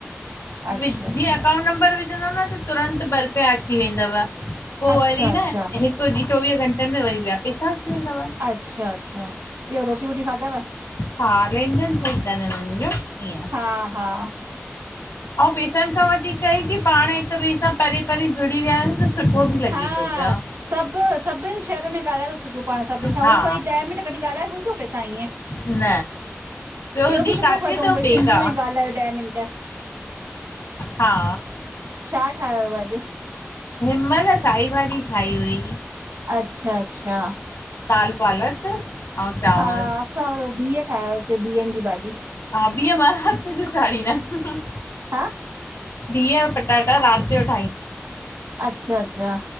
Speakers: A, on the left; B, on the right.
A: जीअं
B: अच्छा अच्छा
A: अकाउंट नंबर विझंदव न त तुरंत ब् रू पया अची वेंदव पोइ
B: अच्छा
A: वरी
B: अच्छा
A: न- - हिक ॾींह चोवीह घंटन में वरी बिया पैसा वेंदव
B: अच्छा -अच्छा ॿियो रोटी वोटी खाधव?
A: हाँ, लेन -देन सही तन हिनन जो ईअं
B: हाँ- हाँ,
A: ऐं पेसन खां वधीक ई की पाण हिक ॿिए सां परे- परे जुड़ी विया आहियूं सुठो बि लॻे
B: हा
A: थो पियो।
B: सभ सभिन शहर में ॻाल्हाए था, सघूं पाण सभिन सां
A: हा
B: ड्ह कोई ॾह मिंट कॾी ॻाल्हाये।, थोड़ी तो कैंसां ईंएं?
A: न ॿियो
B: इहो
A: दी
B: बि सुठो
A: काथे
B: कयो तऊं,
A: थो
B: भई,
A: पेका?
B: सिंधीअ में ॻाल्हायों ॾह मिंट।
A: हाँ- -
B: छा ठाहिव अड्।
A: हिन मल साई भाडी ठाही हुई।
B: अच्छा -अच्छा
A: दाल- पालक चांवर
B: हा असां वरी बीह ठाया यास बीहन जी भाडी्।
A: हाँ, बिह, मां रात जो चाड़ींदम।
B: हाँ?
A: बिह पटाटा रात जो ठाहींद
B: अच्छा -अच्छा